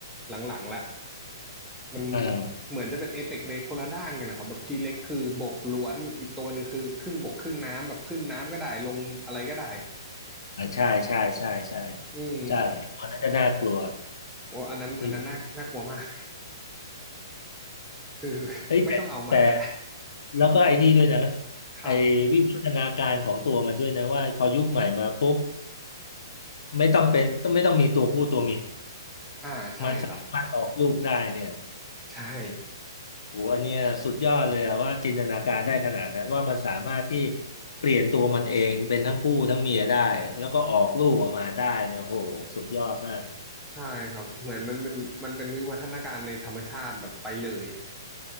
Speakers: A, in the centre; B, on the left.
A: หลังๆละ มัน
B: อ่า
A: เหมือนจะเป็นเอเปกในคนละด้านกันนะครับแบบทีเล็กคือบกล้วนอีกตัวหนึ่งคือครึ่งบกครึ่งน้ำแบบขึ้นน้ำก็ได้ลงอะไรก็ได้
B: อ่าใช่ใช่ใช่ใช่
A: อืม
B: ใช่อันนั้นจะน่ากลัว
A: โอ้อันนั้นอันนั้นน่าน่ากลัวมาก
B: จริง
A: คือ
B: เฮ้ยแต่แต่
A: ไม่ต้องเอามาก็ได้
B: แล้วก็ไอ้นี่ด้วยนะ
A: ครับ
B: ไอ้วิวัฒนาการของตัวมันด้วยนะว่าพอยุคใหม่มาปุ๊บไม่ต้องเป็นไม่ต้องมีตัวผู้ตัวเมีย
A: อ่าใช่ครับ
B: มันสามารถออกลูกได้เนี่ย
A: ใช่
B: โหอันเนี้ยสุดยอดเลยอะว่าจินตนาการได้ขนาดนั้นว่ามันสามารถที่เปลี่ยนตัวมันเองเป็นทั้งผู้ทั้งเมียได้แล้วก็ออกลูกออกมาได้เนี่ยโหสุดยอดมาก
A: ใช่ครับเหมือนมันเป็นมันเป็นวิวัฒนาการในธรรมชาติแบบไปเลย